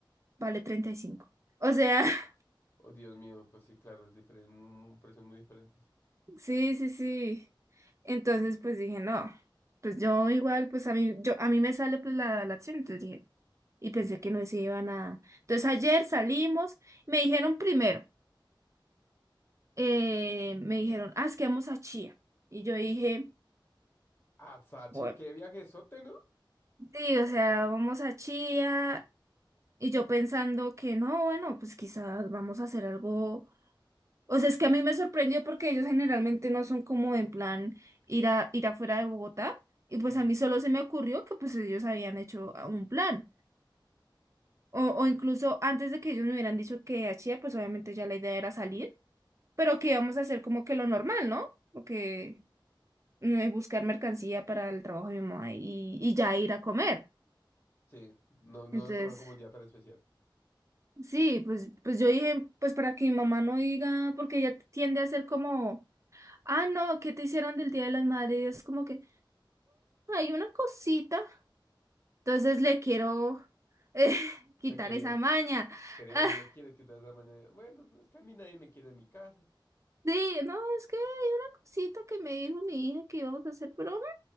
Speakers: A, on the right; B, on the left.
A: vale treinta y cinco O sea, <laughs>
B: Oh, Dios mío, pues sí, claro, es diferente, un precio muy diferente.
A: sí, sí, sí. Entonces, pues dije, no, pues yo igual, pues a mí, yo, a mí me sale pues la, la acción, entonces dije, y pensé que no se iba nada. Entonces ayer salimos, me dijeron primero, eh, me dijeron, ah, es que vamos a Chía. Y yo dije,
B: Ah, Sachi,
A: bueno.
B: qué viajezote, ¿no?
A: Sí, o sea, vamos a Chía, Y yo pensando que no, bueno, pues quizás vamos a hacer algo. O sea, es que a mí me sorprendió porque ellos generalmente no son como en plan ir a ir afuera de Bogotá. Y pues
B: Ujú.
A: a mí solo se me ocurrió que pues ellos habían hecho ah, un plan. O, o incluso antes de que ellos me hubieran dicho que a Chía, pues obviamente ya la idea era salir, pero que íbamos a hacer como que lo normal, ¿no? Porque mm, buscar mercancía para el trabajo de mi mamá y, y ya ir a comer.
B: Sí, no, no
A: Entonces.
B: lo toman como un día tan especial.
A: Sí, pues, pues yo dije, pues para que mi mamá no diga, porque ella tiende a ser como, ah, no, ¿qué te hicieron del Día de las Madres? Y es como que hay una cosita. Entonces le quiero eh, <laughs> quitar
B: Le querías,
A: esa maña.
B: quería-
A: <laughs>
B: eh, le quieres quitar esa mañana. Bueno, es que a mí nadie me quiere en mi casa.
A: Ah, sí, no, es que hay una cosita que me dijo mi hija que íbamos a hacer, pero